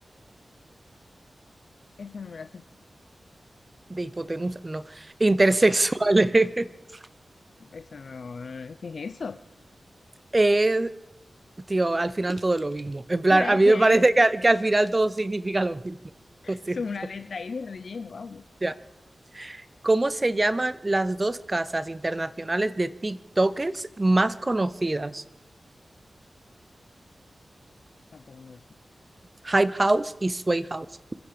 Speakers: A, on the left (about 75°); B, on the right (about 25°).
A: Esa no me la sé.
B: de hipotenusa, no, intersexuales. <laughs>
A: Eso no. ¿Qué es eso?
B: Es, tío, al final todo es lo mismo. En plan,
A: Pero Es
B: a mí
A: que
B: me parece que, al- que al final todo significa lo mismo. <laughs> Lo siento.
A: Es una letra ahí de relleno, vamos.
B: Ya. ¿Cómo se llaman las dos casas internacionales de TikTokers más conocidas?
A: Tampoco me lo sé.
B: Hype House y Sway House.